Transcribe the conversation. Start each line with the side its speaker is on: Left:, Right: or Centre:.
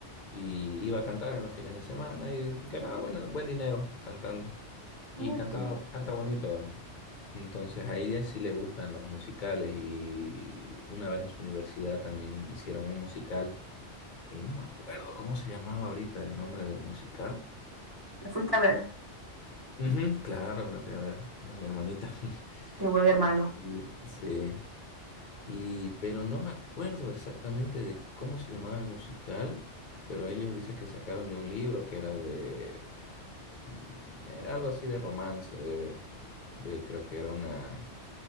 Left: Y iba a cantar en los fines de semana y ganaba buena- buen dinero cantando.
Right: Ok.
Left: Y cantaba, canta bonito. Entonces, a ella sí le gustan los musicales y una vez en su universidad también hicieron un musical eh, no me acuerdo cómo se llamaba ahorita el nombre del musical.
Right: La fuiste a ver,
Left: Ujú, claro, la fui a ver, era mi hermanita. <laughs>
Right: que vuelve hermano.
Left: Y, y- sí, y, pero no me acuerdo exactamente de cómo se llamaba el musical, pero ellos dicen que sacaron de un libro que era de, mm, era algo así de romance, de, de- creo que era una,